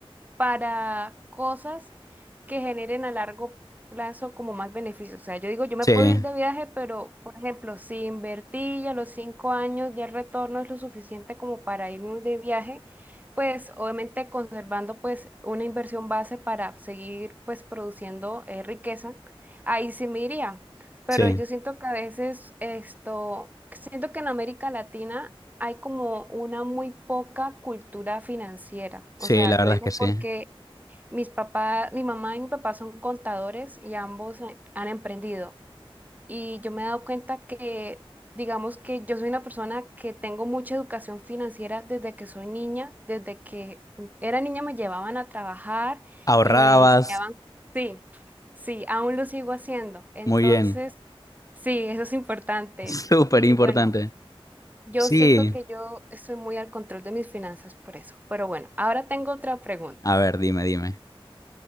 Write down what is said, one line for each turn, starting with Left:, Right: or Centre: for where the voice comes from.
Right: para cosas que generen a largo plazo como más beneficios. O sea, yo digo, yo me
Left: Sí,
Right: puedo ir de viaje, pero, por ejemplo, si invertí y a los cinco años ya el retorno es lo suficiente como para irme de viaje, pues obviamente conservando pues una inversión base para seguir pues produciendo eh, riqueza, ahí sí me iría. Pero
Left: sí,
Right: yo siento que a veces esto, siento que en América Latina hay como una muy poca cultura financiera. O
Left: sí,
Right: sea,
Left: la
Right: lo
Left: verdad
Right: digo
Left: es que sí.
Right: porque mis papás, mi mamá y mi papá son contadores y ambos eh, han emprendido. Y yo me he dado cuenta que, digamos que yo soy una persona que tengo mucha educación financiera desde que soy niña, desde que era niña me llevaban a trabajar
Left: Ahorrabas,
Right: y me enseñaban, sí, sí, aún lo sigo haciendo. Entonces,
Left: muy bien,
Right: sí, eso es importante.
Left: <laughs> súper
Right: Y
Left: importante.
Right: bueno. Yo
Left: Sí,
Right: siento que yo estoy muy al control de mis finanzas por eso. Pero bueno, ahora tengo otra pregunta.
Left: a ver, dime, dime.